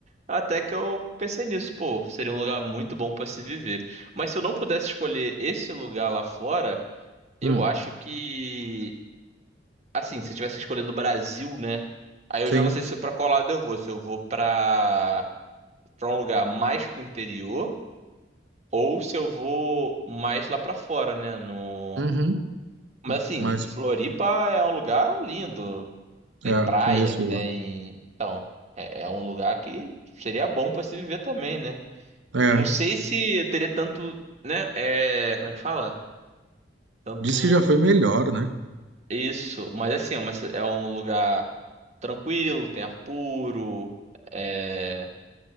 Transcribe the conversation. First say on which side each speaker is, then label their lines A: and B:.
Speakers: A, on the right (about 35°); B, on the right (about 80°).
A: Até que eu pensei nisso, pô, seria um lugar muito bom pra se viver. Mas se eu não pudesse escolher esse lugar lá fora, eu
B: hum,
A: acho que, assim, se eu tivesse escolhendo o Brasil, né? Aí
B: sim.
A: eu já não sei se para qual lado eu vou, se eu vou pra para um lugar mais pro interior ou se eu vou mais lá pra fora, né, no
B: Uhum,
A: Mas
B: hum.
A: assim,
B: mas,
A: Floripa é um lugar lindo, tem
B: é,
A: praia,
B: conheço lá.
A: tem, então, é, é um lugar que seria bom pra se viver também, né?
B: É,
A: Não sei se eu teria tanto, né? É, como é que fala? Tanto
B: diz que já foi melhor, né?
A: isso, mas assim, é uma ci- é um lugar tranquilo, tem ar puro, é,